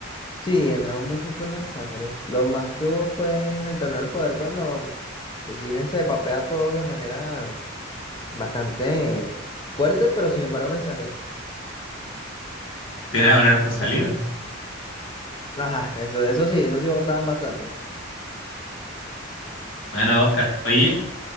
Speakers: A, on the left (about 25°); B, on the left (about 75°).
A: Sí, en Dragon Ball Super no hay sangre. Lo más que hubo fue en el Torneo del Poder cuando Jiren se papea a todos de manera bastante fuerte, pero sin embargo no hay sangre.
B: Tiene una harta saliva.
A: O sea,
B: ¿no?
A: ajá, eso, eso sí, eso sí votaban bastante.
B: Bueno, Oscar, oye,